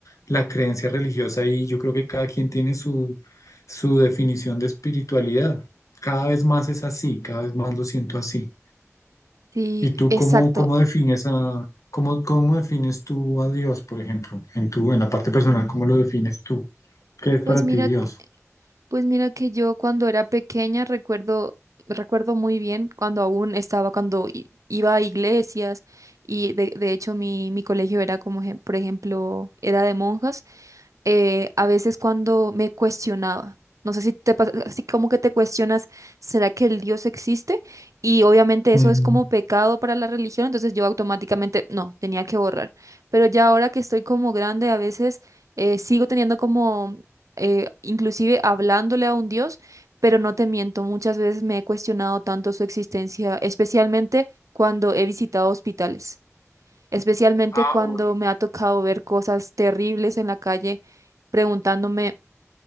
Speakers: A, on the left; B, on the right.
A: la creencia religiosa y yo creo que cada quien tiene su, su definición de espiritualidad. Cada vez más es así, cada vez más lo siento así.
B: sí,
A: ¿Y tú
B: exacto.
A: cómo, cómo defines a, cómo, cómo defines tú a Dios, por ejemplo, en tu, en la parte personal, cómo lo defines tú? ¿Qué es para
B: Pues mira,
A: ti Dios?
B: que- pues mira que yo cuando era pequeña recuerdo, recuerdo muy bien cuando aún estaba, cuando i- iba a iglesias y de, de hecho mi, mi colegio era como, ejem- por ejemplo, era de monjas eh, a veces cuando me cuestionaba. No sé si te pasa, así como que te cuestionas, ¿será que el Dios existe? Y obviamente eso
A: Mm,
B: es como pecado para la religión, entonces yo automáticamente, no, tenía que borrar. Pero ya ahora que estoy como grande, a veces eh, sigo teniendo como, eh, inclusive hablándole a un Dios, pero no te miento, muchas veces me he cuestionado tanto su existencia, especialmente cuando he visitado hospitales especialmente
A: Ah,
B: cuando
A: uy,
B: me ha tocado ver cosas terribles en la calle, preguntándome,